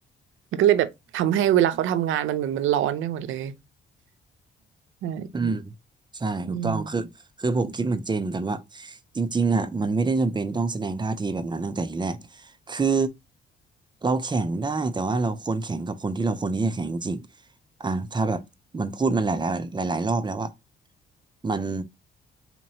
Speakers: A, on the right; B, on the right.
A: มันก็เลยแบบทำให้เวลาเขาทำงานมันเหมือนมันร้อนไปหมดเลยใช่
B: อืมใช่ถูกต้องคือคือผมคิดเหมือนเจนเหมือนกันว่า
A: อืม
B: จริงๆอ่ะมันไม่ได้จำเป็นต้องแสดงท่าทีแบบนั้นตั้งแต่ทีแรกคือเราแข่งได้แต่ว่าเราควรแข่งกับคนที่เราควรที่จะแข่งจริงๆอ่ะถ้าแบบมันพูดมันหลายๆหลายๆรอบแล้วว่ามัน